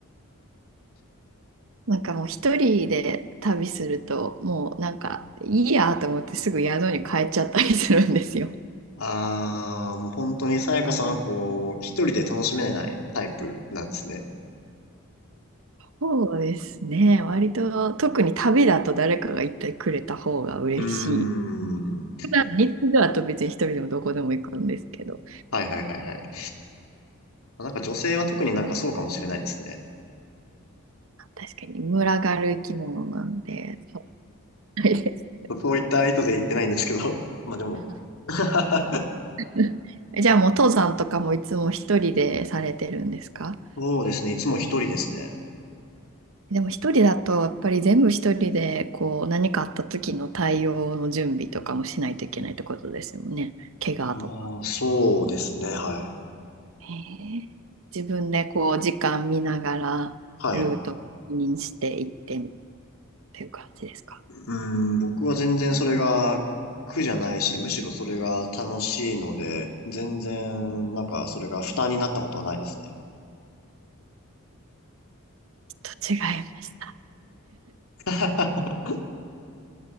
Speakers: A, on the right; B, on the left.
A: なんかもう一人で旅すると、もうなんかいいやと思ってすぐ宿に帰っちゃったりするんですよ。
B: ああ、もう本当にさやかさんはこう、一人で楽しめないタイプなんですね。
A: そうですね。割と特に旅だと誰かが行ってくれた方が嬉しい。
B: うーん。
A: 普段日中だと別に一人でもどこでも行くんですけど、
B: はいはいはいはい。なんか女性は特になんかそうかもしれないですね。
A: 確かに群がる生き物なんで、そうないです。
B: そういった意図で言ってないんですけど。<laughs> まあでも。<laughs>
A: <laughs> じゃあもう登山とかもいつも一人でされてるんですか
B: そうですね。いつも一人ですね。
A: でも一人だとやっぱり全部一人でこう何かあった時の対応の準備とかもしないといけないってことですよね。怪我とか。
B: まあ、そうですね。はい。
A: へえ自分でこう時間見ながらルートにしていってっ
B: はい。
A: ていう感じですか。
B: うん、僕は全然それが苦じゃないし、むしろそれが楽しいので、全然、なんか、それが負担になったことはないですね。
A: <laughs> ちょっと違いました。
B: <laughs>